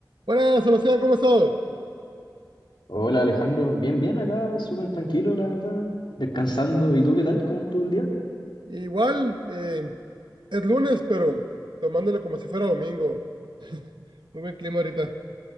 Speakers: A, on the right; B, on the left.
A: Buenas, Sebastián, ¿cómo has estado?
B: Hola Alejandro, bien, bien acá, súper tranquilo, la verdad, descansando. ¿Y tú qué tal? ¿Cómo estuvo el día?
A: Igual, eh, es lunes, pero tomándolo como si fuera domingo. <laughs> Muy buen clima ahorita.